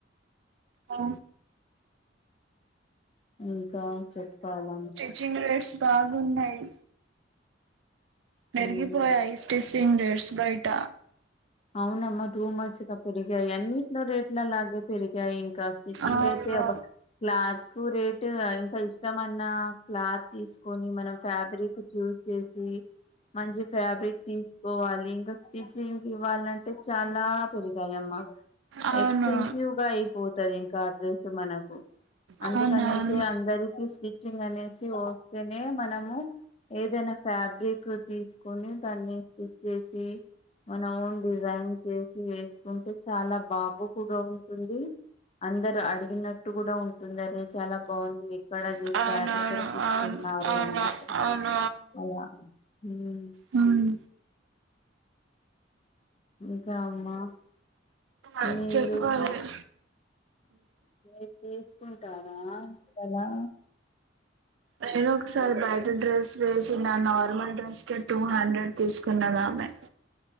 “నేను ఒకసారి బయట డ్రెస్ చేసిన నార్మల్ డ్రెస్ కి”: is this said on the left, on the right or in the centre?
Right